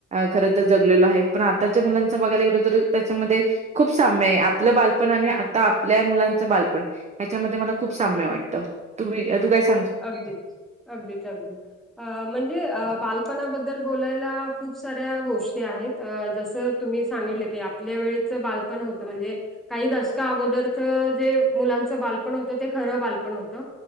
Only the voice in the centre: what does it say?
अगदी, अगदीच, अगदी अ म्हणजे अ बालपणाबद्दल बोलायला, खूप साऱ्या गोष्टी आहेत. अ जसं तुम्ही सांगितलं की, आपल्या वेळीच बालपण होतं, म्हणजे काही दशका अगोदरच, जे मुलांचं बालपण होतं, ते खरं बालपण होतं.